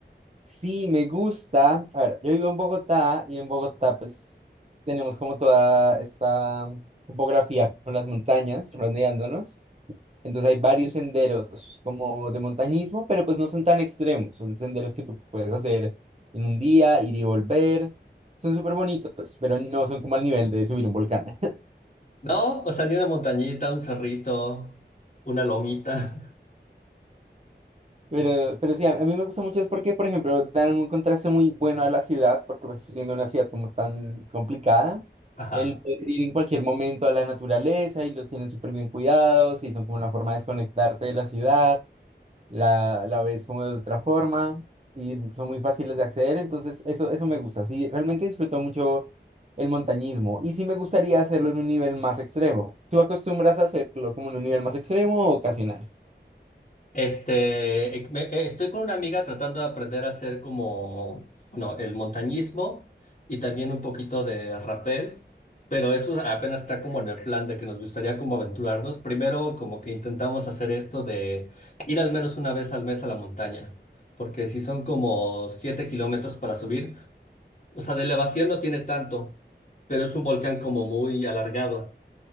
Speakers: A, on the right (about 35°); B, on the left (about 40°).
A: Sí, me gusta. A ver, yo vivo en Bogotá y en Bogotá pues tenemos como toda esta topografía con las montañas rodeándonos. Entonces hay varios senderos como de montañismo, pero pues no son tan extremos, son senderos que tú puedes hacer en un día, ir y volver. Son súper bonitos, pero no son como al nivel de subir un volcán. <laughs>
B: ¿No? O sea, ni una montañita, un cerrito, una lomita.
A: Pero, pero sí, a, a mí me gusta mucho es porque, por ejemplo, dan un contraste muy bueno a la ciudad, porque pues siendo una ciudad como tan complicada,
B: <laughs> Ajá.
A: el poder ir en cualquier momento a la naturaleza y los tienen súper bien cuidados y son como una forma de desconectarte de la ciudad. la, la ves como de otra forma y son muy fáciles de acceder, entonces eso, eso me gusta, sí, realmente disfruto mucho el montañismo y sí me gustaría hacerlo en un nivel más extremo. ¿Tú acostumbras a hacerlo como en un nivel más extremo o ocasional?
B: Este, eh, me- eh, estoy con una amiga tratando de aprender a hacer como, bueno, el montañismo y también un poquito de rappel, pero eso apenas está como en el plan de que nos gustaría como aventurarnos. Primero como que intentamos hacer esto de ir al menos una vez al mes a la montaña, porque si son como 7 kilómetros para subir, o sea, de elevación no tiene tanto, pero es un volcán como muy alargado